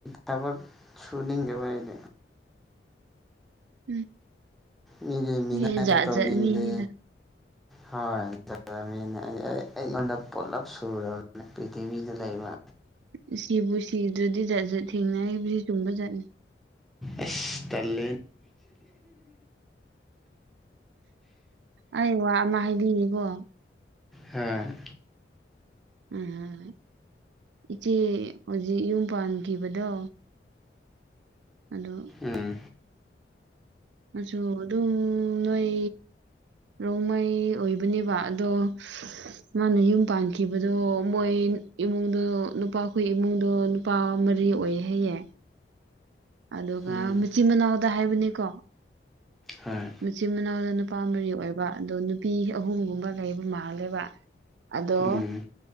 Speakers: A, in the centre; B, on the right (about 80°).
A: ꯊꯕꯛ ꯁꯨꯅꯤꯡꯒꯕꯗꯤ
B: ꯎꯝ
A: ꯃꯤꯒꯤ ꯃꯤꯅꯥꯏꯗꯣ
B: ꯃꯤ ꯖꯥꯠ
A: ꯇꯧꯅꯤꯡꯗꯦ
B: ꯖꯥꯠ ꯃꯤꯅꯤꯗ
A: ꯍꯣꯏꯅꯤꯅꯦ ꯑꯩ ꯑꯩꯉꯣꯟꯗ ꯄꯨꯂꯞ ꯁꯔꯕꯅꯦ ꯄ꯭ꯔꯤꯊꯤꯕꯤꯗ ꯂꯩꯕ
B: ꯎ ꯁꯤꯕꯨ ꯁꯤꯗꯨꯗꯤ ꯊꯦꯡꯅꯔꯤꯕꯁꯤ ꯆꯨꯝꯕ ꯆꯠꯂ
A: ꯑꯁꯂꯦ
B: ꯑꯩ ꯋꯥ ꯑꯃ ꯍꯥꯏꯕꯤꯔꯤꯀꯣ
A: ꯑ
B: ꯎꯝ ꯏꯆꯦ ꯍꯧꯖꯤꯛ ꯌꯨꯝ ꯄꯥꯟꯈꯤꯕꯗꯣ ꯑꯗꯣ
A: ꯎꯝ
B: ꯃꯆꯨ ꯑꯗꯨꯝ ꯅꯣꯏ ꯔꯣꯡꯃꯩ ꯑꯣꯏꯕꯅꯦꯕ ꯑꯗꯣ ꯃꯥꯅ ꯌꯨꯝ ꯄꯥꯟꯈꯤꯕꯗꯣ ꯃꯣꯏ ꯏꯃꯨꯡꯗꯣ ꯅꯨꯄꯥ ꯑꯩ ꯏꯃꯨꯡꯗꯣ ꯅꯨꯄꯥ ꯃꯔꯤ ꯔꯤ ꯑꯣꯏꯍꯌꯦ ꯑꯗꯨꯒ
A: ꯎꯝ
B: ꯃꯆꯤꯟ ꯃꯅꯥꯎꯗ ꯍꯥꯏꯕꯅꯤꯀꯣ
A: ꯍꯣꯏ
B: ꯃꯆꯤꯜ ꯃꯥꯅꯎꯗꯅꯨꯞ ꯅꯨꯄꯥ ꯃꯔꯤ ꯑꯣꯏꯕ ꯑꯗꯣ ꯅꯨꯄꯤ ꯑꯍꯨꯝꯒꯨꯝꯕ ꯂꯩꯕ ꯃꯥꯥꯡꯂꯦꯕ ꯑꯗꯣ
A: ꯎꯝ